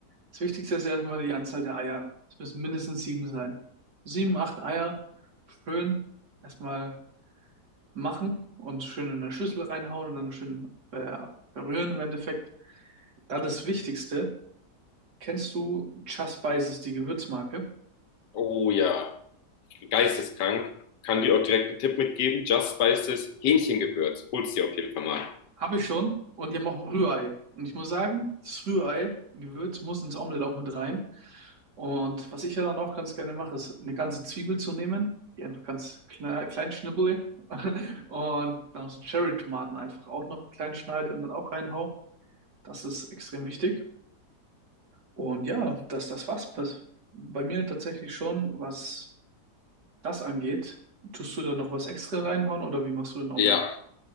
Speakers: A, on the right; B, on the left.
A: Das Wichtigste ist erstmal die Anzahl der Eier. Es müssen mindestens sieben sein. Sieben, acht Eier schön erstmal machen und schön in eine Schüssel reinhauen und dann schön ver verrühren im Endeffekt. Dann das Wichtigste. Kennst du Just Spices, die Gewürzmarke?
B: Oh ja, geisteskrank. Kann dir auch direkt einen Tipp mitgeben. Just Spices Hähnchengewürz. Hol's dir auf jeden Fall mal.
A: Habe ich schon. Und die haben auch ein Rührei. Und ich muss sagen, das Rührei-Gewürz muss ins Omelett auch mit rein. Und was ich ja dann auch ganz gerne mache, ist eine ganze Zwiebel zu nehmen, die einfach ganz klein, klein schnibbel <laughs> und dann auch so Cherry-Tomaten einfach auch noch klein schneide und dann auch reinhau. Das ist extrem wichtig. Und ja, dass das was pers- bei mir tatsächlich schon, was das angeht. Tust du da noch was extra reinhauen oder wie machst du den Omelett?
B: Ja,